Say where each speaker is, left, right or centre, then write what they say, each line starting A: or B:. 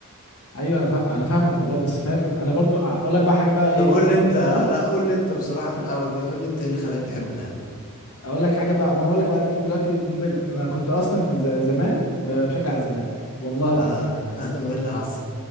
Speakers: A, on the left; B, on the left.
A: ايوه انا فاهم انا فاهمك والله بس فاهم انا برضو اقول لك بقى حاجه بقى ايه
B: طب قول
A: عمرك
B: لي انت
A: ما تصدقها
B: لا قول لي انت بصراحه من الاول كده قول لي انت ايه اللي خلاك تحب الاهلي
A: اقول لك حاجه بقى ما انا اقول لك بقى اديك دلوقتي قنبله انا كنت اصلا في ز- زمان بشجع الزمالك والله العظيم
B: اه <laughs> وايه اللي حصل